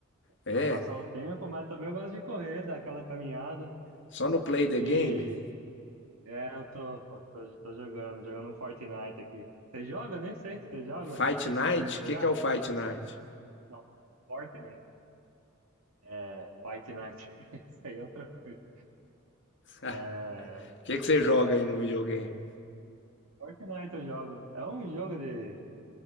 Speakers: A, on the left (about 60°); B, on the right (about 80°).
A: É,
B: pra passar o tempo, mas também eu gosto de correr, dar aquela caminhada.
A: só no Play the
B: E
A: Game?
B: é, eu tô, pô, tô, tô jogando, jogando um Fortnite aqui. Você joga? Nem sei se você joga.
A: Fight
B: Tem
A: Night?
B: costume de
A: O
B: jogar?
A: que, que é o Fight Night?
B: Não, Fortnite. É, Fight Night. <laughs> Isso aí é outra coisa.
A: O
B: É,
A: <laughs> que, que você joga aí no videogame?
B: Fortnite eu jogo. É um jogo de